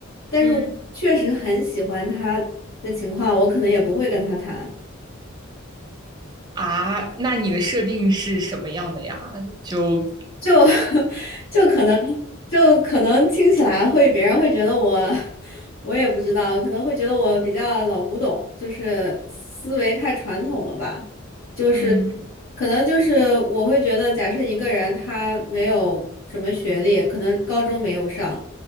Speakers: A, on the left; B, on the right.
A: 但是我确实很喜欢他的情况，
B: 嗯
A: 我可能也不会跟他谈。
B: 啊，那你的设定是什么样的呀？就
A: 就 <laughs> 就可能就可能听起来会别人会觉得我我也不知道，可能会觉得我比较老古董，就是思维太传统了吧，就是
B: 嗯
A: 可能就是我会觉得，假设一个人他没有什么学历，可能高中没有上，